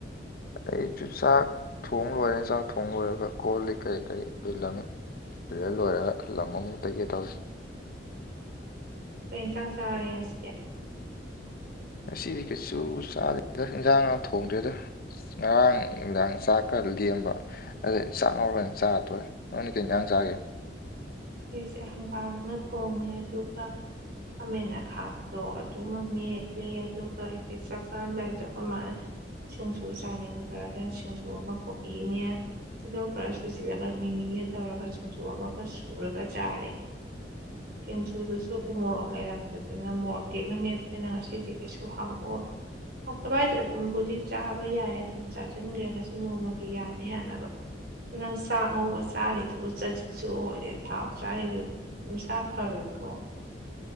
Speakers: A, on the left; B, on the right.
A: ꯑꯩꯁꯨ ꯆꯥꯛ ꯊꯣꯡ ꯂꯣꯏꯔꯦ ꯆꯥꯛ ꯊꯣꯡ ꯂꯣꯏꯔꯒ ꯀꯣꯜ ꯂꯤꯛ ꯀꯩ ꯀꯩ ꯂꯣꯏꯁꯤꯟꯂꯝꯃꯤ꯫ ꯇꯨꯏꯂꯦꯠ ꯂꯣꯏꯔꯒ ꯂꯝ ꯑꯃꯨꯛ ꯇꯩꯒꯦ ꯇꯧꯔꯤ꯫
B: ꯀꯩꯟꯖꯥꯡ ꯆꯥꯔꯦ ꯉꯁꯤꯗꯤ꯫
A: ꯉꯁꯤꯗꯤ ꯀꯩꯁꯨ ꯆꯥꯗꯦꯗ ꯏꯟꯁꯥꯡ ꯒꯥꯡ ꯊꯣꯡꯗ꯭ꯔꯦꯗ ꯉꯔꯥꯡ ꯅꯨꯡꯗꯥꯡ ꯆꯥꯛ ꯈꯔ ꯂꯦꯝꯕ꯫ ꯑꯩꯗꯤ ꯆꯥꯛ ꯉꯧꯔꯒ ꯑꯣꯏꯅ ꯆꯥꯔ ꯇꯣꯛꯑꯦ ꯅꯪꯗꯤ ꯀꯩ ꯏꯟꯁꯥꯡ ꯆꯥꯔꯒꯦ꯫
B: ꯑꯩꯁꯦ ꯍꯪꯒꯥꯝ ꯑꯃ ꯊꯣꯡꯉꯦ ꯑꯗꯨꯒ꯫ ꯈꯥꯃꯦꯟ ꯑꯈꯥꯕꯗꯣ ꯑꯗꯨꯃ ꯃꯦꯠꯂꯦ ꯑꯗꯨꯒ ꯑꯩꯁꯦ ꯆꯥꯛ ꯆꯥꯔꯝꯗꯥꯏꯖꯦ ꯑꯩꯈꯣꯏ ꯃꯥꯅ꯫ ꯁꯤꯡꯖꯨ ꯆꯥꯅꯤꯡꯕ꯭ꯔꯅ ꯁꯤꯡꯖꯨ ꯑꯃ ꯀꯣꯕꯤꯅꯦ꯫ ꯇꯤꯜꯍꯧ ꯈꯔ ꯁꯣꯏꯖꯤꯟꯂꯒ ꯃꯤ ꯃꯤꯒ ꯇꯧꯔꯒ ꯁꯤꯡꯖꯨ ꯑꯃꯒ ꯁꯨꯔꯒ ꯆꯥꯔꯦ꯫ <inaudible> ꯆꯦꯡꯖꯨꯗꯨꯁꯨ ꯎꯃꯣꯔꯣꯛ ꯂꯩꯔꯝꯗꯗꯅ ꯃꯣꯔꯣꯛ ꯇꯦꯛꯅ ꯃꯦꯠꯠꯇꯅ ꯉꯁꯤꯗꯤ ꯀꯩꯁꯨ ꯍꯥꯞꯑꯣ ꯍꯇꯚ ꯍꯥꯏꯁꯦ ꯑꯗꯨꯝꯕꯨꯗꯤ ꯆꯥꯕ ꯌꯥꯏ ꯑꯗꯨꯝ ꯆꯥꯁꯤꯟꯈ꯭ꯔꯦ ꯉꯁꯤ ꯅꯣꯡꯃꯒꯤ ꯌꯥꯅ ꯌꯥꯅꯕ ꯅꯪ ꯆꯥꯛ ꯉꯧꯕ ꯆꯥꯔꯤꯗꯨꯕꯨ ꯆꯖꯤꯠꯁꯨ ꯑꯣꯏꯔꯦ ꯊꯥꯎ ꯆꯥꯔꯤꯗꯨ ꯅꯁꯥ ꯐꯔꯣꯏꯀꯣ꯫